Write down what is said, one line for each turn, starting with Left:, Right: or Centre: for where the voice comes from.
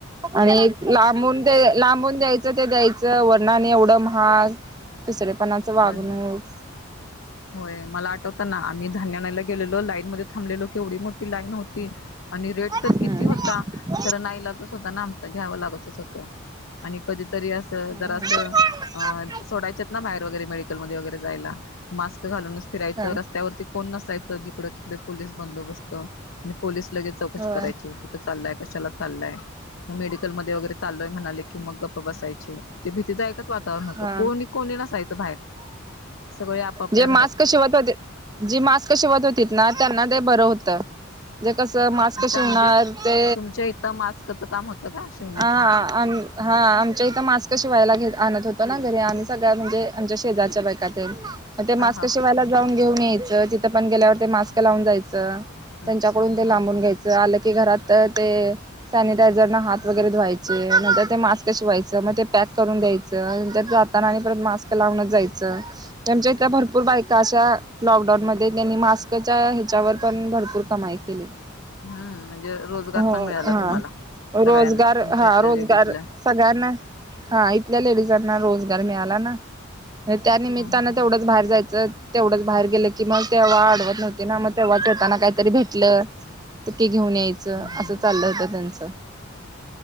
Right: आणि लांबून द्या लांबून द्यायचं. द्यायचं ते द्यायचं वरनं आणि एवढं महाग दुसरेपणाच वागणूक
Left: होय होय होय मला आठवत ना आम्ही धान्य आणायला गेलेलो लाईन मध्ये थांबलेलो केवढी मोठी लाईन होती. आणि रेट
Right: हम्म
Left: तर किती होता खरं नाईलाजच होता ना आमच घ्यावं लागतच होतं. आणि कधीतरी असं
Right: हा
Left: जरा असं
Right: हा
Left: अ सोडायचेत ना बाहेर मटरेल वगैरे मेडिकल मध्ये वगैरे जायला मास्क घालूनच फिरायचं,
Right: काय?
Left: रस्त्यावरती कोण नसायच जर जिकड तिकडे पोलीस बंदोबस्त आणि पोलीस लगेच चौकशी
Right: होय
Left: करायची कुठे? चाललाय कशाला चाललाय? मग मेडिकलमध्ये वगैरे चाललोय म्हणाले, की मग गप्प बसायचे. ते भीतीदायकच वातावरण होतं.
Right: हा
Left: कोणी कोणी नसायचं. बाहेर सगळे आपापल्या
Right: जे मास्क
Left: घरात
Right: शिवत होते जे मास्क शिवत होतीत ना त्यांना ते बरं होत. जे कसं मास्क
Left: अच्छा
Right: शिवणार,
Left: म्हणजे
Right: ते
Left: तुमच्या इथं मास्कचं काम होतं का शिवण्याचं
Right: आ आ आम हां आमच्या इथं मास्क शिवायला गेलो. आणत होतो, ना घरी आणि सगळ्या म्हणजे आमच्या शेजारच्या बायका तेन ते मास्क
Left: हा हा
Right: शिवायला
Left: हा
Right: जाऊन घेऊन यायचं, तिथं पण गेल्यावर ते मास्क लावून जायचं. त्यांच्याकडून
Left: अच्छा
Right: ते
Left: हा
Right: लांबून
Left: हा
Right: घ्यायचं आलं की, ते घरात अ ते सॅनिटायझर न हात वगैरे धुवायचे, नंतर ते मास्क शिवायच, मग ते पॅक पॅक करून द्यायचं आणि नंतर जाताना आणि परत मास्क लावूनच जायचं. ते आमच्या इथल्या भरपूर बायका अशा लॉकडाऊन मध्ये त्यांनी मास्कच्या ह्याच्यावर पण भरपूर कमाई केली.
Left: हा म्हणजे रोजगार
Right: हो
Left: पण मिळाला
Right: हा
Left: तुम्हाला सगळ्यांना
Right: रोजगार
Left: तुमच्या
Right: हा
Left: इथल्या
Right: रोजगार
Left: लेडीजला
Right: सगळ्यांना हा इथल्या लेडीजांना रोजगार मिळाला ना त्या निमित्तानं
Left: हा हा हा
Right: तेवढंच बाहेर जायचं तेवढंच बाहेर गेलं की मग तेव्हा आडवत नव्हती ना मग तेव्हा येताना काहीतरी भेटलं तर क घेऊन यायचं
Left: हा
Right: असं
Left: हा
Right: चाललं होत त्यांच.